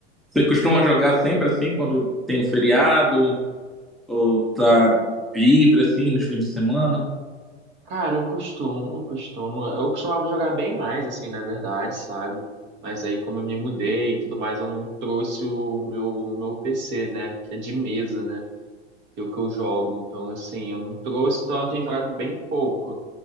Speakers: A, in the centre; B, on the right.
A: Você costuma jogar sempre assim, quando tem um feriado ou tá livre assim nos fins de semana?
B: Cara, eu costumo, costumo. Eu costumava jogar bem mais, assim, na verdade, sabe? Mas aí, como eu me mudei e tudo mais, eu não trouxe o meu, o meu PC, né? Que é de mesa, né? o que eu jogo. Então, assim, eu não trouxe, então eu tenho jogado bem pouco.